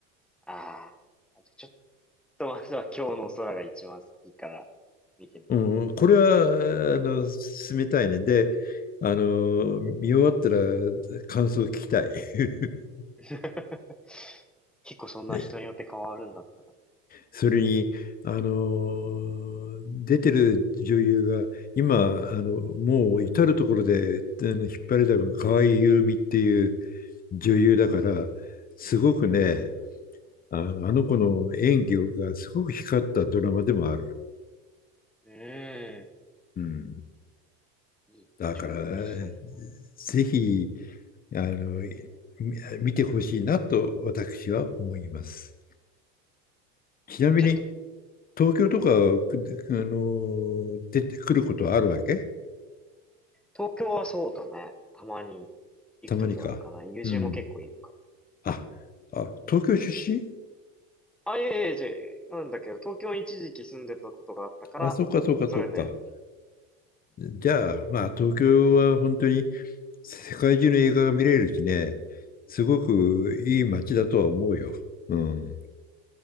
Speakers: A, in the centre; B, on the left (about 30°).
A: ああ、ちょっとまずは今日の空が一番好きから見てみようか
B: うん、これは、あの、進めたいね。で、あの、見終わったら感想を聞きたい。<laughs>
A: な。<laughs> 結構そんな人によって変わるんだったら。
B: ねそれに、あの、出てる女優が、今、あの、もう至るところで、あの、引っ張りだこの河合優実っていう女優だから、すごくね、あの、あの子の演技がすごく光ったドラマでもあるよ。
A: うーん。
B: うん。
A: いいね。
B: だから、
A: ちょっとそれは。
B: ぜひ、あの、み見てほしいなと私は思います。ちなみに、
A: ちょっと、
B: 東京とか、くあの、出てくることはあるわけ
A: 東京はそうだね。たまに行くときはあるかな。
B: たまにか。
A: 友人も結構いるから。
B: うん。あ、あ、東京出身
A: あ、いえいえ、じゃなんだけど、東京に一時期住んでたことがあったから、
B: あ、そうか、そうか、
A: それで、
B: そうか。じゃあ、まあ、東京は本当に世界中の映画が見れるしね、すごくいい街だとは思うよ。うん。